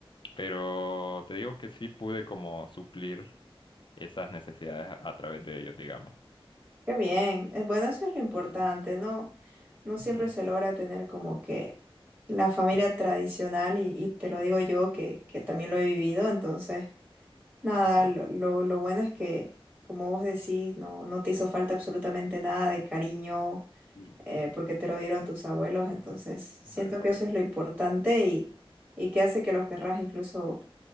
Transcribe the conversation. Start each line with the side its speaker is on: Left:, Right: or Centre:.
Left: Pero te digo que sí pude como suplir esas necesidades a, a través de ellos, digamos.
Right: Qué bien. Eh, Bueno, eso es lo importante,
Left: Y,
Right: ¿no? No siempre
Left: ujú,
Right: se logra tener como que la familia tradicional y, y te lo digo yo que, que también lo he vivido, entonces, nada,
Left: ajá,
Right: lo, lo, lo bueno es que, como vos decís, no, no te hizo falta absolutamente nada de cariño
Left: y,
Right: eh, porque te lo dieron tus abuelos, entonces siento
Left: ajá, correcto.
Right: que eso es lo importante y, y que hace que los querrás incluso